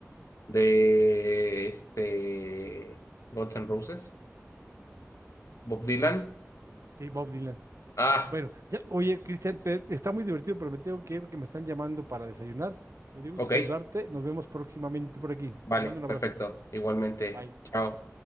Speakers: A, on the left; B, on the right.
A: De este. Guns N' Roses. Bob Dylan.
B: Sí, Bob Dylan.
A: Ah,
B: Bueno, ya, oye, Cristian, te- está muy divertido, pero me tengo que ir porque me están llamando para desayunar. Me dio gusto
A: ok.
B: saludarte. Nos vemos próximamente por aquí.
A: Vale,
B: Te mando un abrazo.
A: perfecto. Igualmente.
B: Bye.
A: Chao.